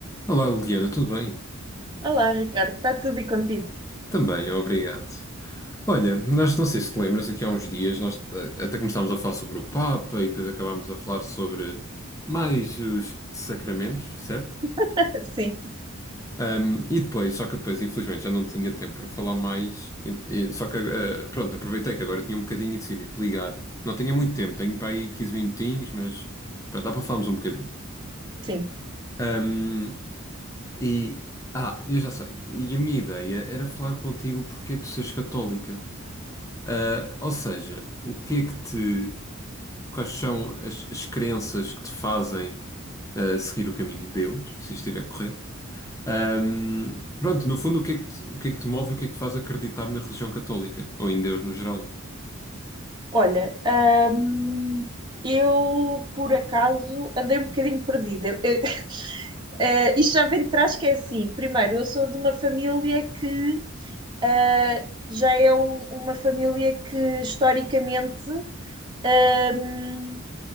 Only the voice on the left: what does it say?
Olá, Liliana, tudo bem?
Também, obrigado. Olha, nós não sei se te lembras, aqui há uns dias nós eh, até começámos a falar sobre o Papa e depois acabámos a falar sobre mais os sacramentos, certo?
Ahm, e depois, só que depois, infelizmente, já não tinha tempo para falar mais. E- e- só que, eh, pronto, aproveitei que agora tinha um bocadinho e decidi te ligar. Não tinha muito tempo, tenho para aí 15 minutinhos, mas pronto, dá para falarmos um bocadinho.
Ahm, e, ah, eu já sei. E a minha ideia era falar contigo porque tu seres católica. Ah, ou seja, o que é que te. Quais são as, as crenças que te fazem ah, seguir o caminho de Deus, se estiver correto? Ahm, pronto, no fundo, o que é que te, o que é que te move e o que é que te faz acreditar na religião católica? Ou em Deus no geral?